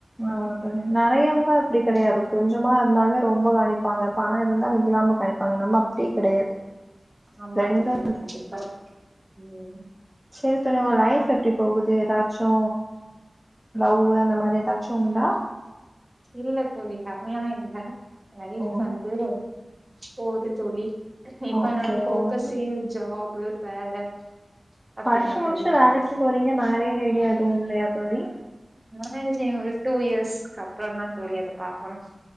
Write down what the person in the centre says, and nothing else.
ஆமா தோழி நெறையவங்க அப்பிடி
கெடையாது கொஞ்சமா இருந்தாலே ரொம்ப காவணிப்பாங்க பணோ இருந்தா இல்லாம கலிப்பாங்க நம்ம அப்பிடி கெடையாது
ரெண்டு
சசேரி தோழி உங்க லைஃப் எப்பிடி போகுது ஏதாச்சு லவ் அந்த மாரி ஏதாச்சு உண்டா
ஓ
ஓகே
ஓகே
படிச்சி முடிச்சி
வேலைக்கு போறீங்க மேரேஜ் ஐடியா எதுவு இல்லயா தோழி